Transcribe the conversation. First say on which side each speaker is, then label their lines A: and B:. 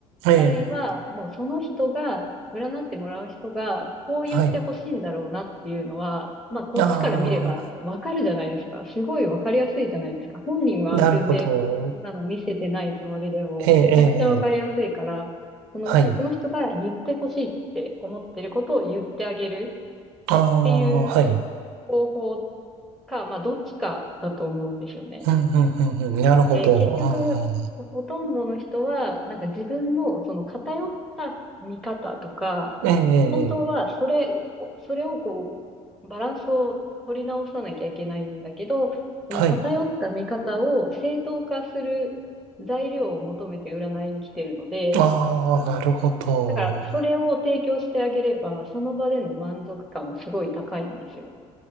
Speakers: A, on the right; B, in the centre.
A: ええ、
B: あるいは、もうその人が、占ってもらう人が、こう言ってほしいんだろうなっていうのは、
A: はい。
B: まあ、こっちから見ればわかるじゃないですか。
A: ああ、
B: すごいわかりやすいじゃないですか。本人は全然、
A: なるほど。
B: そんなの見せてないつもりでも、
A: ええ、ええ、
B: めちゃくちゃわかりやすいから、
A: ええ
B: その、
A: はい。
B: その人が言ってほしいって思ってることを言ってあげる
A: ああ、
B: っていう
A: はい。
B: 方法か、まあ、どっちかだと思うんですよね。
A: うん、うん、うん、うん。なるほど。
B: で、結局、
A: うん、うん
B: ほほとんどの人は、なんか自分のその偏った見方とか、
A: ええ、ええ、
B: 本当はそれを、
A: ええ
B: それをこう、バランスを取り直さなきゃいけないんだけど、その偏った見方を正当化する材料を求めて占いに来てるので、
A: はい。ああ、なるほど。
B: だからそれを提供してあげれば、その場での満足感もすごい高いんですよ。